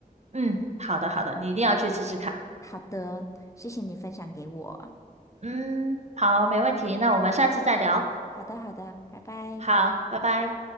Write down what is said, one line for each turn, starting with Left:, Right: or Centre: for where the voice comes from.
Right: 嗯，好的好的，
Left: 拜拜。
Right: 你一定要去吃吃看。
Left: 好的，谢谢你分享给我。
Right: 嗯，好，没问题，
Left: 拜拜。
Right: 那我们下次再聊。
Left: 好的，好的，拜拜。
Right: 好，拜拜。